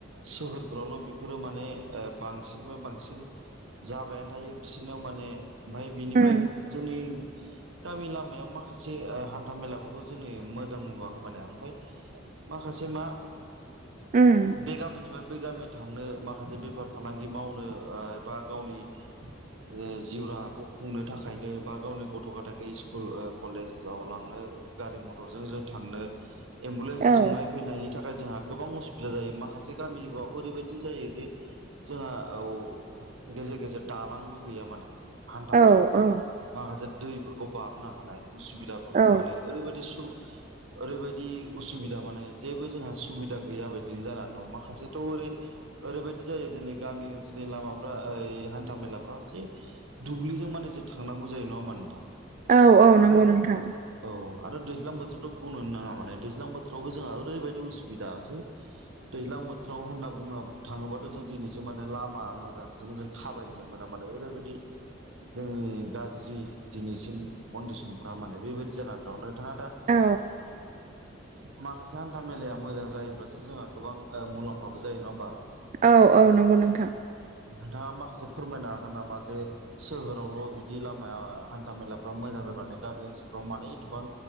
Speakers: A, on the right; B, on the right.
A: सोहोर। बिफोरावल' बेफोरो माने बांसिन बा बांसिन जाबायानो थायो बिसोरनाव माने <unintelligible> बा <unintelligible> य बिनिफ्राय
B: उम
A: जोंनि गामि लामायाव माखासे हान्था मेलाफोरखौ जोंओ मोजां नुवाखै माने ओमफ्राय माखासे मा
B: उम
A: बे गामिनिबो। बै गामि थांनो माखासे बेफार फालांगि मावनो ओ बा गावनि ओ जिउ राहाखौ खुंनो थाखायनो बा गावनि गथ' गथायाइ स्कुल ओ कलेज। जावलांनो गारि मटरजों जों थांनो एम्बुलेन्स
B: औ
A: थांनाय फैनायनि थाखाय जोंहा गोबां असुबिदा जायो माखासे गामि। ओरैबायदि जायो जे जोंहा औ गेजेर गेजेर दालांबो गैया माने हान्थाामेला
B: औ
A: बा
B: औ
A: माखासे दैफोरखौ बारनो हानाय उसुबिदाफोर
B: औ
A: माने ओरैबायदि सु ओरैबायदि उसुबिदा माने जेबो जोंहा सुबिदा गैया बायदि जानानै दं माखासे औ ओरै-ओरैबायदि जायो जोंनि गामि ओन जे लामाफ्रा ओइ हान्था मेलाफ्रा जे दुब्लिजों माने जे थांनांगौ जायो नङाहोमबा नोंथां
B: औ औ
A: आरो
B: नंगौ नोंथां
A: औ आरो दैज्लां बोथोरावथ' बुंनोनो नाङा माने दैज्लां बोथोरावबो जोंहा ओरैबायाददि उसुबिदा जे दैज्लां बो थोराव होनना बुंनो थाङोबाथ' जों दिनैसो माने लामा मोजांजों जों थाबायनो मोना माने ओरैबायदि जोंनि गाज्रि दिनैसिम कन्दिसनफ्रा माने बेबायदि जानानै दं नों थांङा दा
B: औ
A: माखासे हान्था मेलाया मोजां जायोब्लासो जोंहा गोबां ओ मुलाम्फाबो जायो नङा होमबा।
B: औ औ नंगौ नोंथां
A: नोंथांङा माखासे फोरमायनो हागोन नामा जे सोहोरावल' बिदि लामाया हान्था मेलाफ्रा मोजां जानानै जाबो इसेबां मानिएथबां